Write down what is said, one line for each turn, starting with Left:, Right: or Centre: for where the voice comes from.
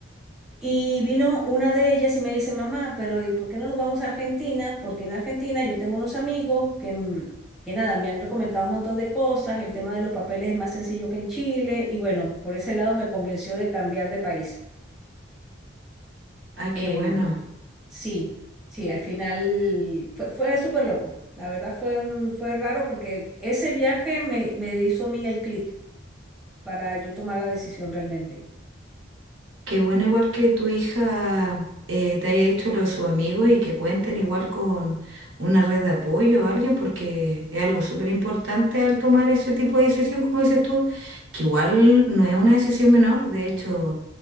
Centre: Y vino una de ellas y me dice, mamá, pero ¿y por qué no nos vamos a Argentina? Porque en Argentina yo tengo unos amigos que, mm, que nada, me han recomendado un montón de cosas, el tema de los papeles es más sencillo que en Chile, y bueno, por ese lado me convenció de cambiar de país.
Right: Ay, qué
Centre: Em,
Right: bueno.
Centre: sí, sí, al final fue, fue súper loco. La verdad fue, un- fue raro porque ese viaje me, me hizo a mí el clic para yo tomar la decisión realmente.
Right: Qué bueno igual que tu hija eh, te haya dicho lo de sus amigos y que cuenten igual con una red de apoyo o alguien, porque es algo súper importante al tomar ese tipo de decisión, como dices tú, que igual no es una decisión menor. De hecho,